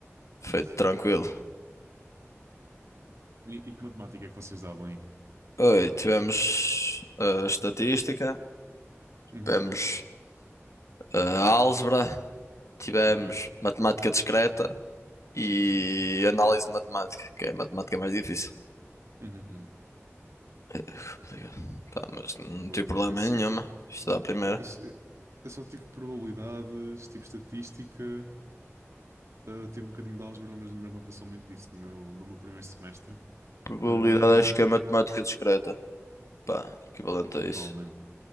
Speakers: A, on the left; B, on the right.
A: foi
B: Fogo.
A: tranquilo.
B: E, e que matemática é que vocês davam aí?
A: Oi, tivemos eh, estatística,
B: Uhum,
A: tivemos eh, álgebra, tivemos
B: ok.
A: matemática discreta. e
B: Sim, sim.
A: análise matemática, que é matemática mais difícil.
B: Uhum, uhum.
A: É Tá, mas não
B: Oh, fogo,
A: tive problema
B: não. Esse-
A: nenhuma. Estudar a primeira.
B: esse- eu só tive probabilidades, tive estatística, ah, tive um bocadinho de álgebra, mas, mas não passou muito disso no meu, no meu primeiro semestre.
A: Probabilidade
B: Ah, de-
A: acho que é matemática discreta. Pá, equivalente a isso.
B: provavelmente.